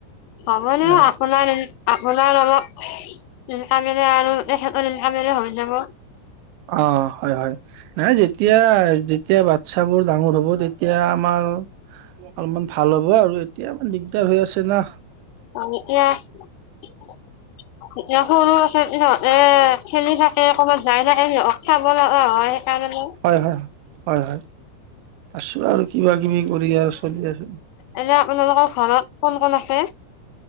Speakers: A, on the left; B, on the right.
A: হ'ব দিয়ক
B: নাই
A: আপোনাৰ আপোনাৰ অলপ ইনকামে আৰু তেখেতৰ ইনকামে হৈ যাব।
B: অ হয় হয় নাই যেতিয়া যেতিয়া বাচ্ছাবোৰ ডাঙৰ হ'ব তেত- তিয়া আমাৰ অলপমান ভাল হ'ব আৰু এতিয়া ইমান দিগদাৰ হৈ আছে। তেনা
A: আৰু এতিয়া এতিয়া সৰু আছে সিহঁতে খেলি থাকে অকণমান জাই থাকে সি চাব লগা হয় তাৰ মানে
B: হয় হয় হয় হয় আছো আৰু কিবা কিবি কৰি আৰু চলি আছো।
A: এনে আপোনালোকৰ ঘৰত কোন কোন আছে